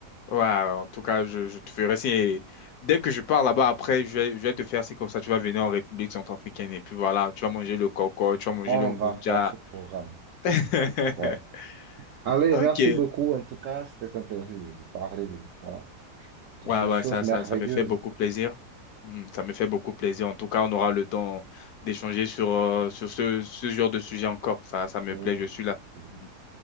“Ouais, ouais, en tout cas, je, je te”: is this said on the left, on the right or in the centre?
Left